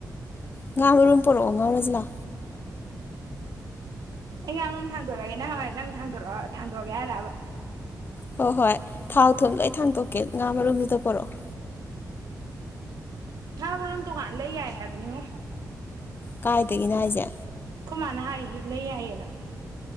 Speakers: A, on the left (about 30°); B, on the right (about 65°).
A: ꯉꯥ ꯃꯔꯨꯝ ꯄꯨꯔꯛꯑꯣ ꯉꯧꯔꯥꯁꯤ ꯂꯥꯎ
B: ꯎꯝ ꯑꯩ ꯉꯥ ꯃꯔꯨꯝ ꯊꯥꯡꯗꯣꯔꯛꯑꯦꯒꯦ ꯅꯪ ꯍꯥꯋꯥꯏ ꯑꯁꯥꯡꯕꯤ ꯊꯥꯡꯗꯣꯔꯛꯑꯣ ꯊꯪꯗꯣꯛ ꯑꯒꯦ ꯍꯥꯏꯔꯕ
A: ꯍꯣꯏ ꯍꯣꯏ ꯊꯥꯎ ꯊꯨꯝ ꯂꯣꯏ ꯊꯥꯡꯇꯣꯛꯀꯦ ꯉꯥ ꯃꯔꯨꯝꯗꯨꯗ ꯄꯨꯔꯛꯑꯣ
B: ꯉꯥ ꯃꯔꯣꯝ ꯇꯣꯉꯥꯟꯅ ꯂꯩ ꯌꯥꯏ ꯍꯥꯏꯕꯅꯤꯍꯦ
A: ꯀꯥꯏꯗꯒꯤꯅꯣ ꯍꯥꯏꯁꯦ
B: ꯑꯩꯈꯣꯏ ꯃꯥꯅ ꯍꯥꯏꯌꯦ ꯂꯩ ꯌꯥꯏꯌꯦꯅ